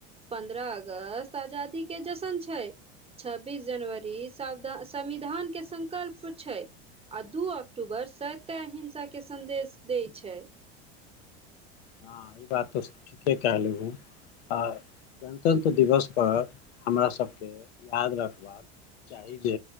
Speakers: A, on the right; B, on the left.
A: पन्द्रह अगस्त आजादी के जशन छैय। छब्बीस जनवरी साविधान संविधानके सगंक्ल्प छै। आ दू अक्टूबर सत्य अंहिसाके सन्देश दैत छै।
B: हँ ई बात तऽ ठीके कहलहु। आ गणतन्त्र दिवसपर हमरा सभके याद रखबाक। चाही जे